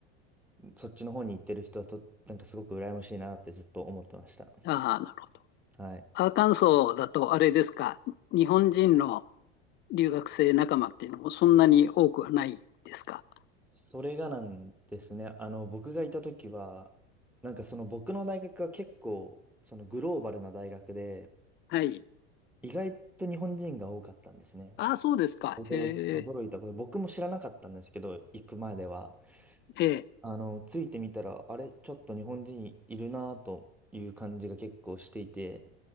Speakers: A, in the centre; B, on the left (about 35°).
A: そっちの方に行ってる人はと、なんかすごく羨ましいなってずっと思ってました。
B: ああ、なるほど。
A: はい。
B: アーカンソーだと、あれですか、日本人の留学生仲間っていうのもそんなに多くはないですか。
A: それがなんですね。あの、僕がいた時は、なんかその僕の大学は結構、そのグローバルな大学で、
B: はい。
A: 意外と日本人が多かったんですね。
B: ああ、そうですか。
A: 驚い、
B: へえ、
A: 驚いたこと、僕も知らなかったんですけど、行く前では。
B: ええ、
A: あの、ついてみたら、あれ、ちょっと日本人いるなという感じが結構していて、